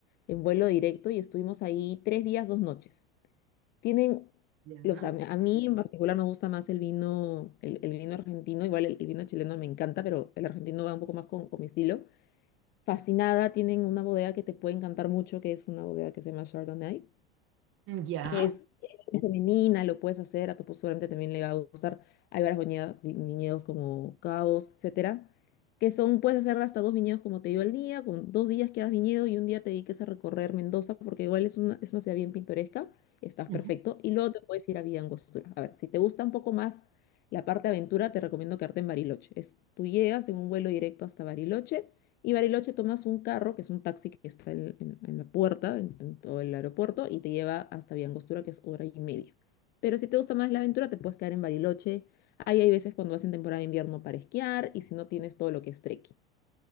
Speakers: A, on the left; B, on the right.
A: en vuelo directo y estuvimos ahí tres días, dos noches. Tienen,
B: Ya.
A: los, a, a mí en particular me gusta más el vino, el, el vino argentino, igual el, el vino chileno me encanta, pero el argentino va un poco más con con mi estilo. fascinada. Tienen una bodega que te puede encantar mucho, que es una bodega que se llama Chardonnay,
B: Ya.
A: que es femenina, lo puedes hacer, a tu esposo seguramente también le va a gustar. Hay varios viñedos, viñedos como Cabos, etcétera, que son, puedes hacer hasta dos viñedos, como te digo, al día, con dos días que hagas viñedo y un día te dediques a recorrer Mendoza, porque igual es una, es una ciudad bien pintoresca, estás
B: Ujú.
A: perfecto, y luego te puedes ir a Villa Angostura. A ver, si te gusta un poco más la parte aventura, te recomiendo quedarte en Bariloche. Es, tú llegas en un vuelo directo hasta Bariloche, y Bariloche tomas un carro, que es un taxi que está en, en- en la puerta, en, en todo el aeropuerto, y te lleva hasta Villangostura, que es hora y media. Pero si te gusta más la aventura, te puedes quedar en Bariloche. Ahí hay veces cuando vas en temporada de invierno para esquiar, y si no tienes todo lo que es trekking.